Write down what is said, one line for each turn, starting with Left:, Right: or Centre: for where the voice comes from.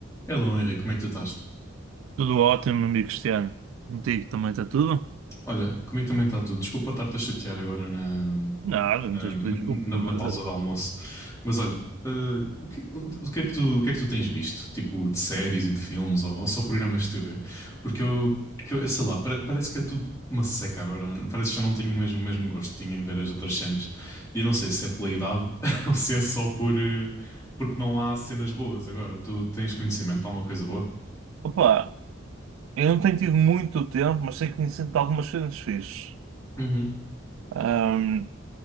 Left: Hello, Henrique, como é que tu estás?
Right: Tudo ótimo, amigo Cristiano. Contigo também está tudo?
Left: Olha, comigo também está tudo. Desculpa estar-te a chatear agora na, na,
Right: Nada, não tens de pedir
Left: na-
Right: desculpa, pelo
Left: na
Right: amor
Left: pausa
Right: de Deus.
Left: do almoço. Mas olha, eh, o que, o que é que tu, o que é que tu tens visto? Tipo, de séries e de filmes ou, ou só programas de TV? Porque eu, porque eu sei lá, pare- parece que é tudo uma seca agora. Parece que já não tenho o mesmo, o mesmo gosto que tinha em ver as outras cenas. E eu não sei se é pela idade <laughs> ou se é só por, eh, porque não há cenas boas agora. Tu tens conhecimento, há uma coisa boa?
Right: Opa, eu não tenho tido muito tempo, mas sei que me sinto algumas coisas fixes.
Left: Uhum,
Right: Ahm,